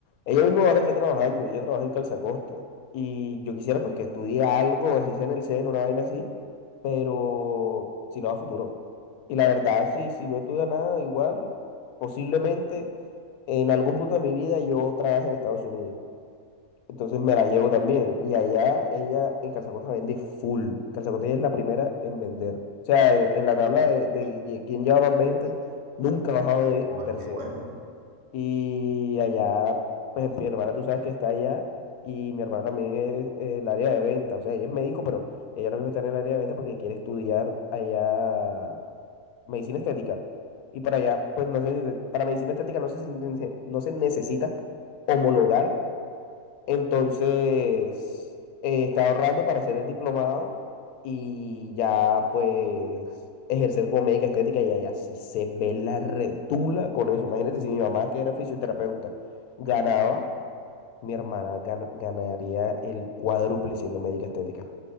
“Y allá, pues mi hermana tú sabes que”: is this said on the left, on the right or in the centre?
Left